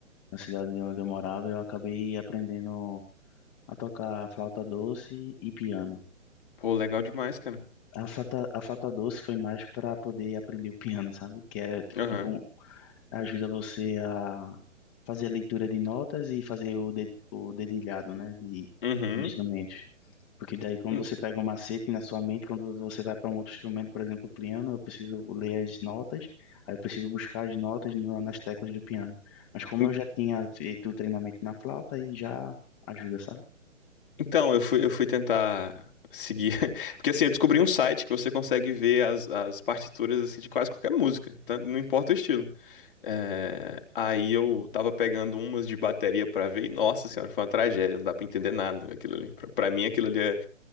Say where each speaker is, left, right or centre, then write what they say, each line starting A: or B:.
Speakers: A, on the left; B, on the left.
A: na cidade de onde eu morava. Eu acabei aprendendo a tocar flauta doce e piano.
B: Pô, legal demais, cara.
A: A Fata, a Fata Doce foi mais para poder aprender o piano, sabe? Que era
B: Aham.
A: tipo, ajuda você a fazer a leitura de notas e fazer o, de, o dedilhado, né? De,
B: Uhum.
A: de instrumentos. Porque daí, quando
B: En-
A: você pega um macete na sua mente, quando você vai para um outro instrumento, por exemplo, o piano, eu preciso ler as notas, aí eu preciso buscar as notas no, nas teclas do piano. Mas como
B: en-
A: eu já tinha feito o treinamento na flauta, aí já ajuda, sabe?
B: Então, eu fui, eu fui tentar seguir. <laughs> Porque assim, eu descobri um site que você consegue ver as, as partituras assim, de quase qualquer música, tá? Não importa o estilo. É, Aí eu tava pegando umas de bateria pra ver e, nossa senhora, foi uma tragédia, não dá pra entender nada aquilo ali. Pra, pra mim, aquilo ali é,